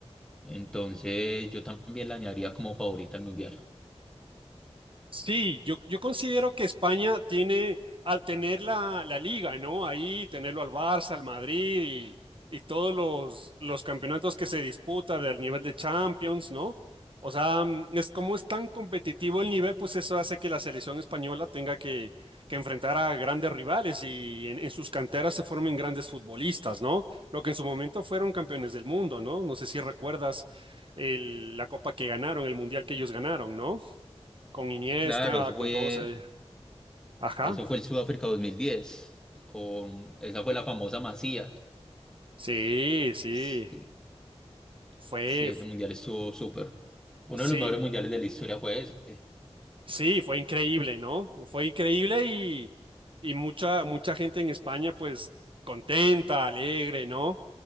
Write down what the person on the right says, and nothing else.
Sí, yo, yo considero que España tiene, al tener la, la liga, ¿no? Ahí tenerlo al Barça, al Madrid y, y todos los, los campeonatos que se disputan del nivel de Champions, ¿no? O sea, mm, es como es tan competitivo el nivel, pues eso hace que la selección española tenga que, que enfrentar a grandes rivales y en, en sus canteras se formen grandes futbolistas, ¿no? Lo que en su momento fueron campeones del mundo, ¿no? No sé si recuerdas el- la copa que ganaron, el mundial que ellos ganaron, ¿no? con Iniesta,
con
todos ellos. Ajá.
Sí, sí.
Fue,
sí,
sí, fue increíble, ¿no? Fue increíble y, y mucha, mucha gente en España, pues, contenta, alegre, ¿no?